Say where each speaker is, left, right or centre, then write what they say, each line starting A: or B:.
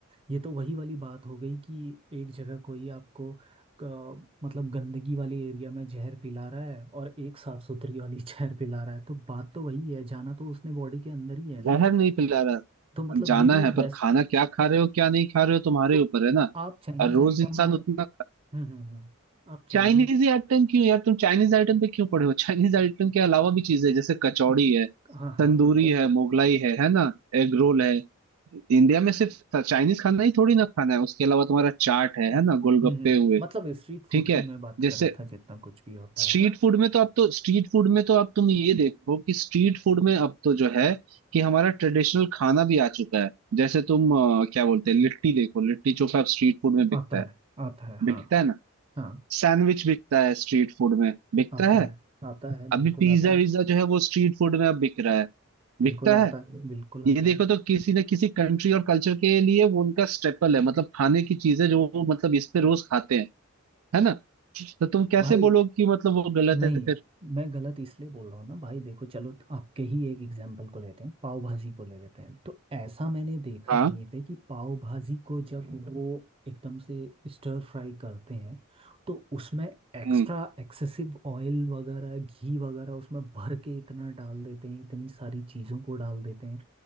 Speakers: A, on the right (about 25°); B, on the right (about 80°).
A: ये तो वही वाली बात हो गई कि एक जगह कोई आपको क- मतलब गंदगी वाली एरिया में जहर पिला रहा है और एक साफ सुथरी वाली <laughs> जहर पिला रहा है तो बात तो वही है जाना तो उसने बॉडी के अंदर ही है ना
B: जहर नहीं पिला रहा
A: तो मतलब
B: जाना
A: ये भी
B: है पर
A: वैस
B: खाना क्या खा रहे हो क्या नहीं खा रहे हो तुम्हारे
A: तो
B: ऊपर है ना
A: आप चाइनीज
B: और रोज
A: आइटम
B: इंसान
A: में हम्म
B: उतना
A: हम्म हम्म आप चाइनीज
B: चाइनीज ही आइटम क्यों यार तुम चाइनीज आइटम पे क्यों पड़े हो चाइनीज आइटम के अलावा भी चीजें हैं, जैसे कचौड़ी है
A: हाँ हाँ
B: तंदूरी
A: बिल्कुल
B: है मोगलाई है है ना एग रोल है इंडिया में सिर्फ चाइनीज खाना ही थोड़ी ना खाना है उसके अलावा तुम्हारा चाट है है ना गोलगप्पे
A: हम्म हम्म
B: हुए
A: मतलब स्ट्रीट फूड
B: ठीक है
A: की मैं बात
B: जैसे
A: कर रहा था जितना कुछ भी होता
B: स्ट्रीट
A: है ना
B: फूड में तो अब तो स्ट्रीट फूड में तो अब तुम ये देखो कि स्ट्रीट फूड में अब तो जो है कि हमारा ट्रेडिशनल खाना भी आ चुका है जैसे तुम अ, क्या बोलते हैं लिट्टी देखो लिट्टी चोखा अब स्ट्रीट फूड में बिकता
A: आता
B: है
A: है आता है हाँ
B: बिकता है ना
A: हाँ
B: सैंडविच बिकता है स्ट्रीट फूड में बिकता
A: आता
B: है
A: है आता है बिल्कुल
B: अभी पिज्जा
A: आता
B: विज्जा
A: है
B: जो है वो स्ट्रीट फूड में अब बिक रहा है
A: बिल्कुल
B: बिकता
A: आता
B: है
A: है बिल्कुल
B: ये
A: आता
B: देखो
A: है
B: तो किसी न किसी कंट्री और कल्चर के लिए वो उनका स्टेपल है मतलब खाने की चीजें जो वो मतलब इस पे रोज खाते हैं है ना तो तुम कैसे
A: भाई
B: बोलो कि मतलब वो गलत
A: नहीं
B: है फिर
A: मैं गलत इसलिए बोल रहा हूँ ना भाई देखो चलो आपके ही एक एग्जाम्पल को लेते हैं पाव भाजी को ले लेते हैं तो ऐसा मैंने देखा
B: हाँ
A: कहीं पे कि पाव भाजी को जब वो एकदम से स्टर फ्राई करते हैं तो उसमें एक्स्ट्रा
B: हम्म
A: एक्सेसिव ऑयल वगैरह घी वगैरह उसमें भर के इतना डाल देते हैं इतनी सारी चीज़ों को डाल देते हैं